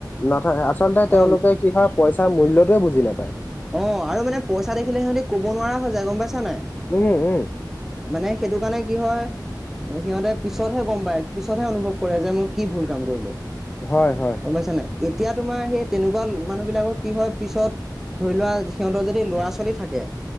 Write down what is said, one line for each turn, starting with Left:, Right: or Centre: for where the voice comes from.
Left: নথয় আচলতে
Centre: অ',
Left: তেওঁলোকে কি হয় পইচাৰ মূল্যটোৱেই বুজি নাপায়
Centre: অ আৰু মানে পইচা দেখিলে সিহঁতি কব নোৱাৰা হৈ যায় গম পাইছা নাই
Left: উম, উম,
Centre: মানে সেইটো কাৰণে কি হয় সিহঁতে পিছতহে গম পায় পিছতহে অনুভৱ কৰে যে মই কি ভুল কাম কৰিলো
Left: হয়, হয়।
Centre: গম পাইছা নাই এতিয়া তোমাৰ সেই তেনেকোৱা মানুহবিলাকৰ কি হয় পিছত ধৰি লোৱা সিহঁতৰ যদি ল'ৰা-ছোৱালী থাকে